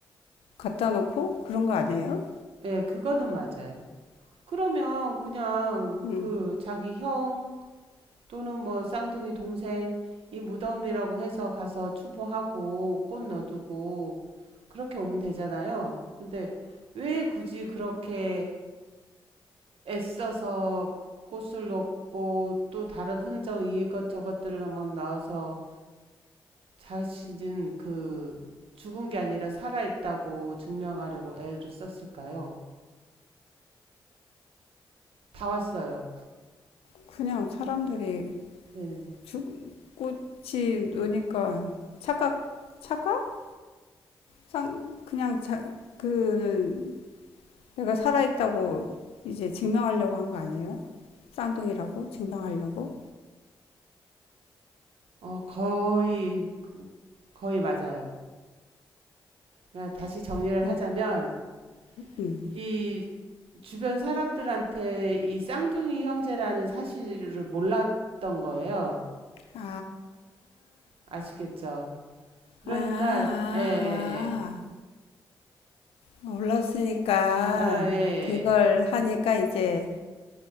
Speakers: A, on the left; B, on the right.
A: 갖다 놓고 그런 거 아니에요?
B: 네. 예, 그거는 맞아요. 그러면 그냥
A: 음,
B: 그 자기 형 또는 뭐 쌍둥이 동생 이 무덤이라고 해서 가서 추모하고 꽃 넣어두고 그렇게 오면 되잖아요. 근데 왜 굳이 그렇게 애써서 꽃을 넣고 또 다른 흔적 이것 저것들을 막 넣어서 자신은 그 죽은 게 아니라 살아있다고 증명하려고 애를 썼을까요? 다 왔어요.
A: 그냥 사람들이
B: 네.
A: 죽, 꽃이 노니까 착각, 착각? 상 그냥 자, 그는 내가 살아있다고 이제 증명하려고 한 거 아니에요? 쌍둥이라고 증명하려고?
B: 어, 거의, 거의 맞아요. 그러니까 다시 정리를
A: 그럼
B: 하자면,
A: 음.
B: 이 주변 사람들한테 이 쌍둥이 형제라는 사실을 몰랐던 거예요.
A: 아,
B: 아시겠죠? 그러니까
A: 아, 아, 아, 아.
B: 예, 예, 예.
A: 몰랐으니까
B: 아, 예, 예.
A: 그걸
B: 예.
A: 하니까 이제